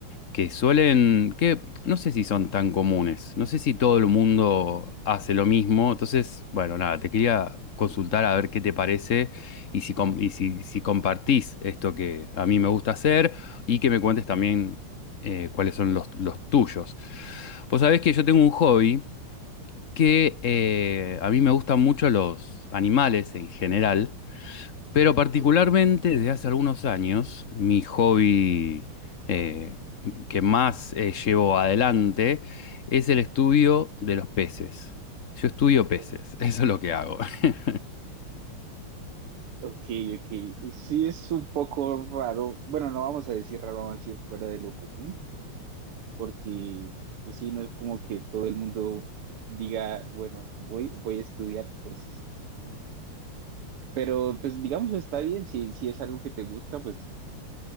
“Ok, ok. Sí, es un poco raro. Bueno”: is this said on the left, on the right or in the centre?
Right